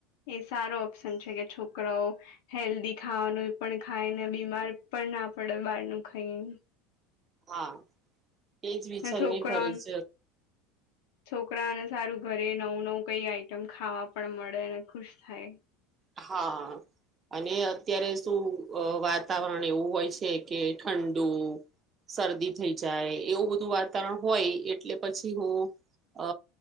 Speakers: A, on the left; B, on the right.
A: એ સારો ઓપ્શન છે કે છોક છોકરાઓ હેલ્ધી ખાવાનું એ પણ ખાય ને બીમાર પણ ના પડે બહારનું ખાઈ
B: હા. એજ વિચારીને
A: હ છોકરાનો
B: ઘરે જ
A: છોકરાને સારું ઘરે નવું નવું કઈ આઈટમ ખાવા પણ મળે અને ખુશ થાય.
B: હા. અને અત્યારે શું વાતાવરણ એવું હોય છે કે ઠંડુ શરદી થઈ જાય એવું બધું વાતાવરણ હોય એટલે પછી હું અ